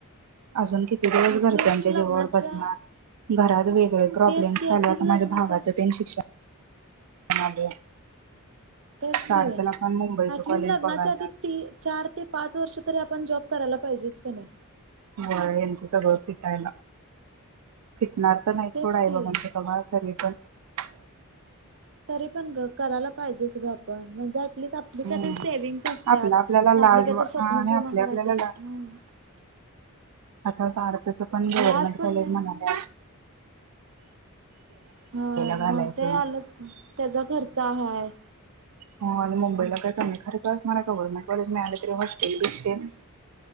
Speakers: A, on the right; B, on the right.
A: अजून किती दिवस
B: ऍटलिस्ट
A: घरच्यांच्या
B: लग्नाच्या
A: जीवावर बसणार घरात बी होय प्रॉब्लेमस
B: तेच की
A: आलेत
B: ऍटलिस्ट
A: आता
B: लग्नाच्या
A: माझ्या भावाची तेन शिक्षण <inaudible>
B: तेच
A: सार्थला
B: की
A: पण मुंबईचं
B: अटलिस्ट
A: कॉलेज
B: लग्नाच्या
A: बघायला
B: आधी चार ते पाच वर्ष तरी आपण जॉब करायला पाहिजेच का नाही
A: हो यांच सगळं फिटायला नात नाही
B: तेच
A: सोड आई
B: की
A: बाबांसाठी कबळसाठीचं का?
B: तरी पण ग करायला पाहिजे स ग आपण म्हणजे आपलीच आपली
A: हम्म
B: कात सेविंग्स असतात
A: आपला आपल्याला लाज
B: आपली का
A: आणि
B: तर स्वप्न
A: आपल्या
B: पूर्ण करायची
A: आपल्याला
B: असतात
A: ला आता भारताच पण गव्हर्नमेंट
B: लाज पण
A: कॉलेज
B: नाही आणि
A: म्हणाले
B: ह
A: घालायचं
B: मग ते आलं ण त्याचा खर्च हाय
A: हा आणि मुंबईला काय कमी खर्च असणार आहे गव्हर्नमेंट कॉलेज मिळालं तरी हॉस्टेल बिस्टेल